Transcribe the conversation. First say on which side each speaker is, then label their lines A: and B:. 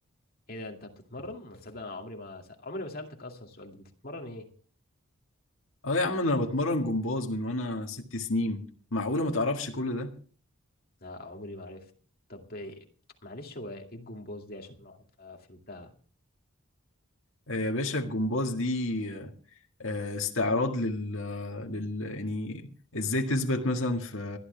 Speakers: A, on the left (about 45°); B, on the left (about 65°).
A: ايه ده انت بتتمرن ما تصدق انا عمري ما س... عمري ما سالتك اصلا السؤال ده انت بتتمرن ايه
B: اه يا عم انا بتمرن جمباز من وانا ست سنين معقولة ما تعرفش كل ده
A: لا عمري ما عرفت طب إيه؟ معلش هو ايه الجمبوز دي عشان الواحد ما فهمتها
B: آه يا باشا الجمباز دي آه استعراض لل, لل... يعني ازاي تثبت مثلا في